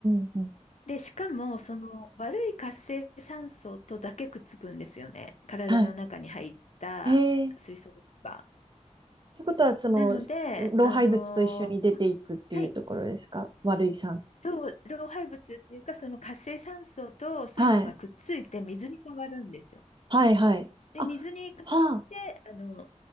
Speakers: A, on the right (about 40°); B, on the left (about 65°).
A: んうんうん。
B: で、しかも、その悪い活性酸素とだけくっつくんですよね。体の中に入った水素が。
A: はい。えーってことは、その、
B: なので、
A: 老廃物と一緒に出ていくっていうところですか悪い酸素。
B: あのーまはい、そう、老廃物っていうか、その活性酸素と水素がくっついて水に変わるんですよ。
A: はい。はい、はい。
B: で、
A: あ、
B: 水に変わって、
A: はあ、
B: あの、